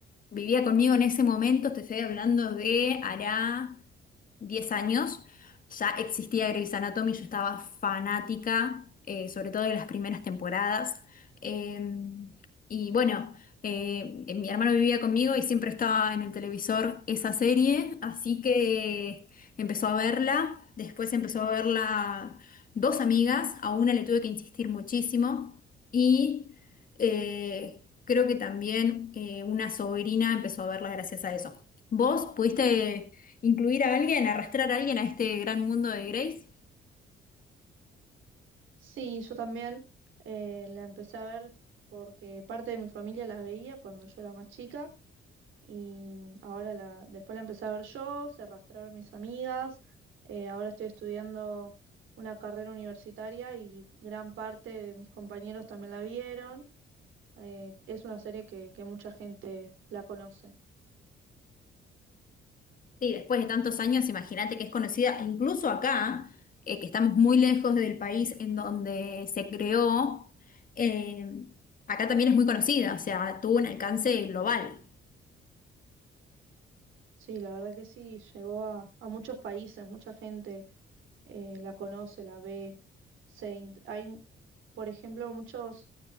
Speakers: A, on the left; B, on the right.
A: vivía conmigo en ese momento, te estoy hablando de hará 10 años, ya existía Grey's Anatomy, yo estaba fanática, eh, sobre todo de las primeras temporadas. Eh, y bueno, eh, eh, mi hermano vivía conmigo y siempre estaba en el televisor esa serie, así que empezó a verla, después empezó a verla dos amigas, a una le tuve que insistir muchísimo y eh, creo que también eh, una sobrina empezó a verla gracias a eso. ¿Vos pudiste incluir a alguien, arrastrar a alguien a este gran mundo de Grace?
B: Sí, yo también eh, la empecé a ver porque parte de mi familia la veía cuando yo era más chica. Y ahora la, después la empecé a ver yo, se arrastraron mis amigas, eh, ahora estoy estudiando una carrera universitaria y gran parte de mis compañeros también la vieron. Eh, es una serie que, que mucha gente la conoce.
A: Sí, después de tantos años, imagínate que es conocida incluso acá, eh, que estamos muy lejos del país en donde se creó, eh, acá también es muy conocida, o sea, tuvo un alcance global.
B: Sí, la verdad que sí, llegó a, a muchos países, mucha gente eh, la conoce, la ve. Se in- hay, por ejemplo, muchos